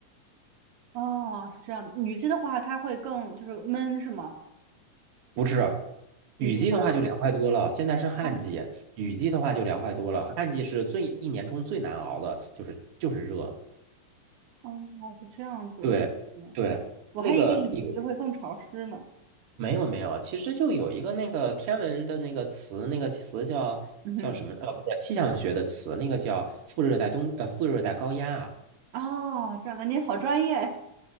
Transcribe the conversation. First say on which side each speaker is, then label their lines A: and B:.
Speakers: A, on the right; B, on the right.
A: 哦，是这样的。雨季的话，它会更就是闷，是吗？
B: 是，
A: 雨季的话，
B: 雨季的话就凉快多了。现在是旱季，
A: 哦
B: 雨季的话就凉快多了。旱季是最一年中最难熬的，就是就是热。
A: 哦，是这样子。
B: 对对，
A: 嗯，我还以为雨季会更潮湿呢。
B: 那个有没有没有？其实就有一个那个天文的那个词，那个词叫叫什么？
A: 嗯哼，
B: 呃，不是气象学的词，那个叫副热带东呃副热带高压啊。
A: 哦，这样的，您好专业。